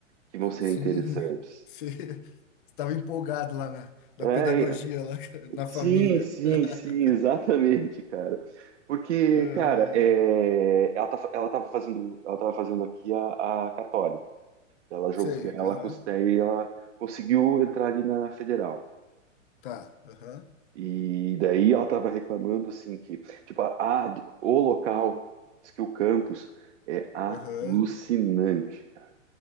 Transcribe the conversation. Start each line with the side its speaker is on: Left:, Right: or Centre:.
Right: que vão ser
Left: Sim,
Right: interessantes.
Left: <laughs> você estava empolgado lá na, na
Right: É,
Left: pedagogia, lá <laughs> na
Right: Sim,
Left: família.
Right: sim,
Left: <laughs>
Right: sim, <laughs> exatamente, cara. Porque,
Left: Ah,
Right: cara, é, ela, tá, fa- ela tava fazendo, ela tava fazendo aqui a, a Católica. Ela jogou,
Left: sei,
Right: daí ela,
Left: aham.
Right: cons- daí ela conseguiu entrar ali na Federal.
Left: Tá, aham,
Right: E daí ela tava reclamando assim que, tipo, a, a- o local, diz que o campus é alucinante,
Left: aham.
Right: cara.